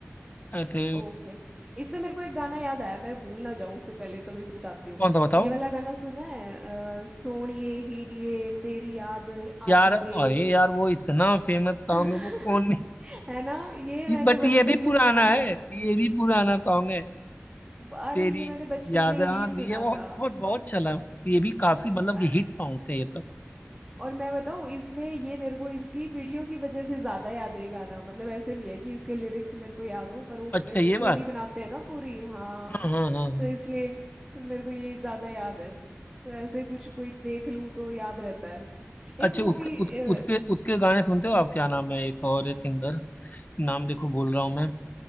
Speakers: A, on the left; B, on the right.
A: ऐसे
B: ओके इससे मेरे को एक गाना याद आया मैं भूल ना जाऊं उससे पहले तभी बताती हूँ
A: कौन सा बताओ
B: ये वाला गाना सुना है आ, सोणिए हीरिए तेरी याद आंदी
A: यार अरे
B: वे
A: यार वो इतना फेमस सॉन्ग
B: <laughs>
A: है वो कौन
B: है ना ये मैंने
A: बट ये
B: बचपन
A: भी पुराना
B: में सुना
A: है
B: था
A: ये भी पुराना सॉन्ग है
B: अरे
A: तेरी
B: ये मैंने बचपन
A: याद
B: में ही
A: आंधी
B: सुना
A: है बहुत
B: था
A: बहुत बहुत चला ये भी काफी मतलब कि
B: अ-
A: हिट सॉन्ग है ये सब
B: और मैं बताऊं इसमें ये मेरे को इसकी वीडियो की वजह से ज्यादा याद है ये गाना मतलब ऐसे नहीं है कि इसके लिरिक्स मेरे को याद हो पर वो
A: अच्छा
B: एक
A: ये
B: स्टोरी
A: बात
B: बनाते
A: है
B: हैं ना पूरी हाँ
A: हाँ हाँ हाँ
B: तो
A: हाँ
B: इसलिए मेरे को ये ज्यादा याद है तो ऐसे कुछ कोई देख लूं तो याद रहता है एक
A: अच्छा
B: वो
A: उसके
B: भी
A: उस,
B: अ,
A: उसके उसके गाने सुनते हो आप क्या नाम है एक और है सिंगर नाम देखो बोल रहा हूँ मैं